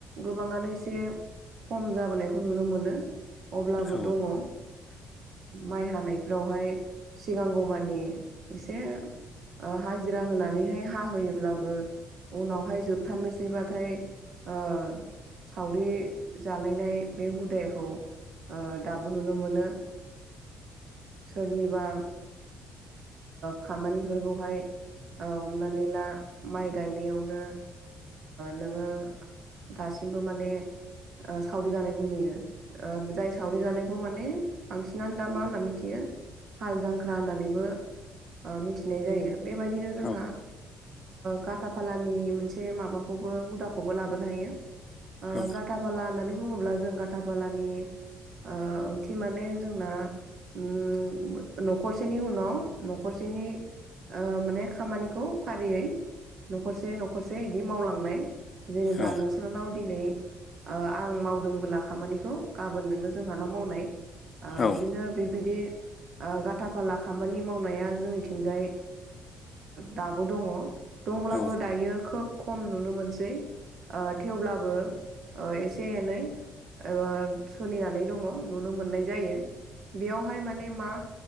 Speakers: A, on the right; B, on the left.
A: गोबाङानो एसे खम जाबोनायखौ नुनो मोनो। अब्लाबो
B: औ
A: दङ ओ माइ हानायफ्रावहाय सिगांगौ मानि एसे हाजिरा होनानैहाय हाहोयोब्लाबो उनावहाय जोबथारनोसैबाथाय ओ सावरि जालायनाय बे हुदाखौ दाबो नुनो मोनो। सोरनिबा खामानिफोरखौ ओमफ्राय ओ हमनानैला माइ गायनायावनो नोङो दासिमबो माने सावरि जानायखौ नुयो। जाय सावरि जानायखौ माने बांसिनानो दा मा होनना मिथियो हाल जांख्रा होननानैबो मिथिनाय जायो बेबायदिनो जोंहा
B: औ
A: काथा फालानि मोनसे माबाखौबो हुदाखौबो लाबोनो हायो।
B: औ
A: गाथा फाला होननानै बुङोब्ला जों गाथा फालानि ओ ओंथि माने जोंना उम न'खरसेनि उनाव न'खरसेनि ओ माने खामानिखौ फारियै न'खरसे न'खरसे बिदि मावलांनाय। जेनेबा
B: औ
A: नोंसोरनाव दिनै आं मावदोंबोब्ला खामानिखौ गाबोन नोङो जोंह न' मावनाय
B: औ
A: बिदिनो बेबायदि गाथा फाला खामानि मावनाया जोंनिथिंजाय दाबो दङ। दंब्लाबो
B: औ औ
A: दायो खोब खम नुनो मोनसै थेवब्लाबो ओ एसे नै ओसोलिनानै दङ नुनो मोननाय जायो बेयावहाय माने मा